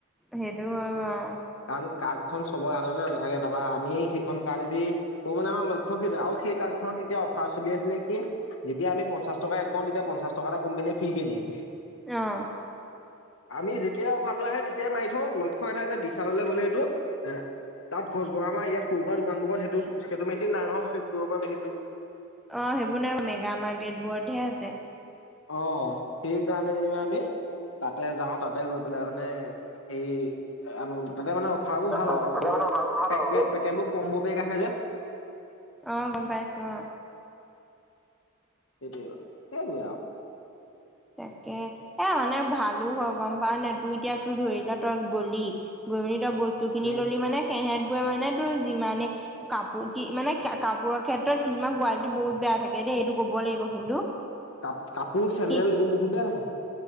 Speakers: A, in the centre; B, on the left.
A: সেইটো হয় বাও
B: কাৰণ কাৰ্ডখন চবৰে সাধাৰণতে নাথাকে তাৰাপৰা আমি সেইখন কাৰ্ডেদি ক মানে আমাৰ লক্ষ্য কি আৰু সেই কাৰ্ডখনত এতিয়া অফাৰ চলি আছিলে কি যেতিয়া আমি পঞ্চাশ টকা এড কৰো তেতিয়া পঞ্চাশ টকা এটা কো্পানীয়ে ফ্ৰী কে দিয়ে
A: অ
B: আমি যেতিয়াই অফাৰটো আহে তেতিয়াই মাৰি থওঁ ল এটা যে বিশাললৈ গ'লে এইটো এ তাত গছ ভঙা পা আমাৰ ইয়াত সৰু দোকানবোৰত সেইটো সেইটো মেচিন নাই নহয় চুইপ কৰিব পৰা মেচিনটো
A: অ সেইবোৰ নাই মানে গ্ৰামা দেতবোৰতহে আছে
B: অ সেই কাৰণে যেনিবা আমি তাতহে যাও তাতে গৈ পেলাই মানে সেই আনো তাতে মানে অফাৰবোৰ ভাল
A: অ
B: আৰু
A: তাতে
B: ত
A: মানে অহাটো ভাল
B: পেক
A: আৰু।
B: পেকেটবোৰ কম্ব পেক আহে যে
A: অ গম পাই আছো অ
B: সেইটোৱে সেইবোৰেই আৰু
A: তাকে এ মানে ভালো হয় গম পাৱ নে তোৰ এতিয়া তোৰ দৰকাত ত গলি গৈ মেলি তই বস্তু খিনি
B: উম,
A: ললি মানে সেহতবোৰে মানে তোৰ যিমানে কাপোৰ কি মানে কাপোৰৰ ক্ষেত্ৰত কিছুমান কোৱালিটি বহুত বেয়া থাকে দেই এইটো ক'ব লাগিব কিন্তু
B: কা কাপোৰ চেণ্ডেল
A: কি
B: এইবোৰ বহুত বেয়া থাকে